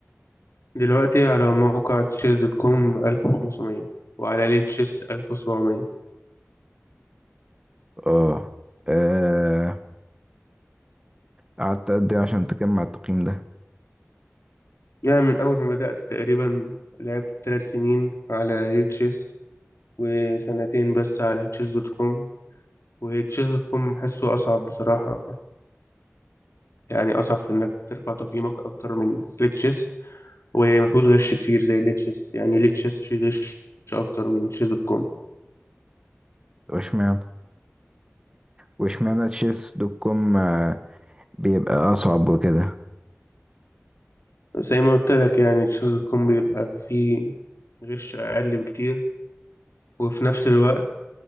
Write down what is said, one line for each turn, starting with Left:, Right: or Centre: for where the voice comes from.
Left: دلوقتي على موقع تشيس دوت كوم 1500 وعلى ليه تشيس 1700
Right: اه آه، قعدت قد إيه عشان تجمع التقييم ده؟
Left: يعني من أول ما بدأت تقريبا لعبت ثلاث سنين على ليه تشيس وسنتين بس على تشيس دوت كوم وتشيس دوت كوم بحسه أصعب بصراحة يعني أصعب في إنك ترفع تقييمك أكتر من تشيس ومفيهوش غش كتير زي تشيس يعني تشيس فيه غش أكتر من تشيس دوت كوم
Right: واشمعنى؟ واشمعنى تشيس دوت كوم آه، بيبقى أصعب وكده؟
Left: زي ما قلت لك يعني تشيس دوت كوم بيبقى فيه غش أقل بكتير وفي نفس الوقت